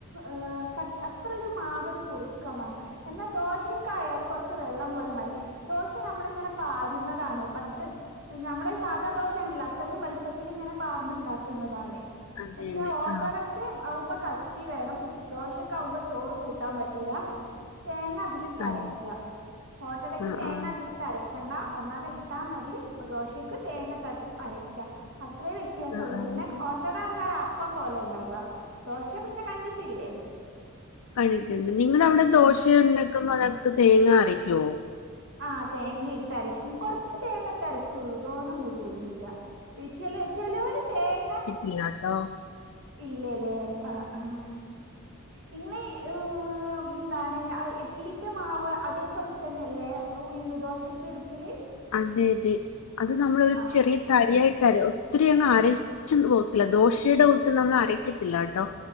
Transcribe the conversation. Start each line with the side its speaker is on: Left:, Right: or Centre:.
Right: ഏഹ് ക അത്രൊരു മാവൊരു കുറുക്കം വേണം എന്നാ ദോശക്കായാല് കൊറച്ച് വെള്ളം പോലെ മതി ദോശ നമ്മളിങ്ങനെ പാരുന്നതാണ് പട്ട്‌ നമ്മള് സാധാ ദോശണ്ടില്ലേ അത്രയും വലുപ്പത്തില് ഇങ്ങനെ പാർന്നുണ്ടാക്കുന്നതാണ്
Left: അതന്നെ
Right: പക്ഷേ ഓട്ടട
Left: ആഹ്
Right: ക്ക് ആവുമ്പോ കട്ടി വേണം ദോശക്കാവുമ്പോ ചോറ് കൂട്ടാൻ പറ്റൂല തേങ്ങ അതില് ട്ടരക്കാ
Left: തന്നെ
Right: ഓട്ടടക്ക്
Left: ആഹ്
Right: തേങ്ങതില്
Left: ആഹ്
Right: ട്ടരക്കണ്ട ഒന്നാകെട്ടാ മതി ദോശക്ക് തേങ്ങട്ടതില് അരക്കാ അത്രേ വ്യ ത്യാസൊള്ളു
Left: ആഹ് ആഹ്
Right: പിന്നെ ഓട്ടടാന്നറഞ്ഞാല് അപ്പം പോലെ ഇണ്ടാവാ ദോശ പിന്നെ കണ്ടിട്ടില്ലേ
Left: കണ്ടിട്ടുണ്ട് നിങ്ങടവിടെ ദോശ
Right: ഉം
Left: ഉണ്ടാക്കുമ്പോ അതിനാത്ത് തേങ്ങ അരയ്ക്കോ
Right: ആഹ് തേങ്ങ ഇട്ട് അരക്കും കൊറച്ച് തേങ്ങ ഇട്ടരയ്ക്കുള്ളൂ തോനൊന്നു ഇടൊന്നുല്ലാ ഈ ചെല ചെലോല് തേങ്ങ
Left: ഇല്ലാട്ടോ.
Right: ഇല്ലലേ ആഹ് ആഹ് ഇങ്ങളീ ഏഹ് ഏഹ് എന്താണ് ആഹ് ഇഡലിന്റെ മാവ് അതേപോലെ തന്നെയല്ലേ ഉയുന്ന് ദോശക്ക് എടുക്കല്
Left: അതെ അതെ അത് നമ്മളൊരു
Right: ആഹ്
Left: ചെറിയ തരിയായി ട്ടര ഒത്തിരി അങ്ങ് അരച്ച് പോകത്തില്ല ദോശയുടെ കൂട്ട് നമ്മൾ അരക്കത്തില്ലാട്ടോ